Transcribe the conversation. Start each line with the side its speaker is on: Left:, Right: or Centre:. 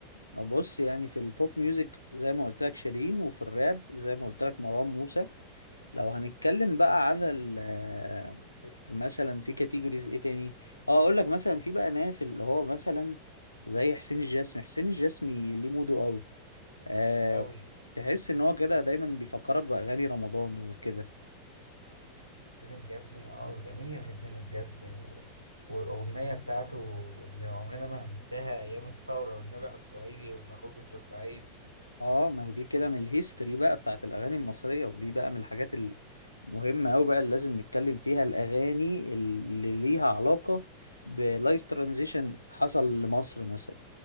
Left: طب بص يعني في البوب ميوزك زي ما قلت لك شيرين وفي الراب زي ما قلت لك مروان موسى لو هنتكلم بقى على ال آه، مثلا في كاتيجوريز ايه تاني اه اقول لك مثلا في بقى ناس اللي هو مثلا زي حسين الجسمي حسين الجسمي ليه موده قوي آه
Right: قوي
Left: تحس ان هو كده دايما بيفكرك باغاني رمضان وكده
Right: حسين الجسمي اه جميل حسين الجسمي و... والاغنيه بتاعته اللي عمرنا ما هننساها ايام الثوره والنبي على الصعيدي وابن اخوك البورسعيد
Left: اه ما هي دي كده من الهيستوري بقى بتاعت الاغاني المصريه ودي بقى من الحاجات المهمه قوي بقى اللي لازم نتكلم فيها الاغاني اللي ليها علاقه بلايف ترانزيشن حصل لمصر مثلا